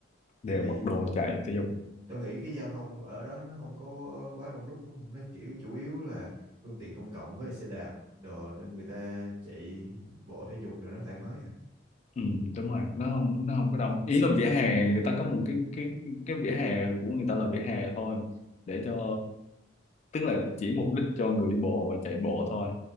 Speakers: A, on the left (about 35°); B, on the right (about 40°).
A: đều
B: tại vì
A: mặc đồ chạy thể dục
B: tôi nghĩ cái giao thông ở đó nó không có quá đông đúc đúng không nó kiểu chủ yếu là phương tiện công cộng với xe đạp đồ nên người ta chạy bộ thể dục rồi nó thoải mái à
A: ừ, đúng rồi nó không nó không có đông ý là vỉa hè người ta có một cái cái cái vỉa hè của người ta là vỉa hè thôi để cho tức là chỉ mục đích cho người đi bộ và chạy bộ thôi